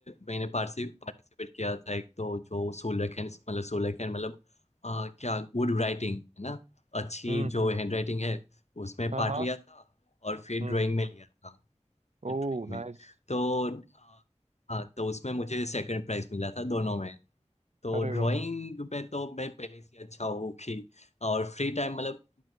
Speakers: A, on the left (about 80°); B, on the right (about 85°).
A: मैंने पार्टिसि पार्टिसिपेट किया था एक तो जो सोलेखन मतलब सोलेखन मतलब अ, क्या गुड राइटिंग है ना अच्छी
B: हम्म
A: जो
B: हम्म
A: हैंड राइटिंग है उसमें
B: हाँ
A: पार्ट
B: हाँ
A: लिया था और फिर
B: हम्म
A: ड्राइंग में लिया था
B: ओह
A: ड्राइंग
B: नाइस
A: में तो अ, हाँ तो उसमें मुझे सेकंड प्राइज मिला था दोनों में तो
B: अरे
A: ड्राइंग
B: वाह
A: में तो मैं पहले से अच्छा हूँ कि और फ्री टाइम मतलब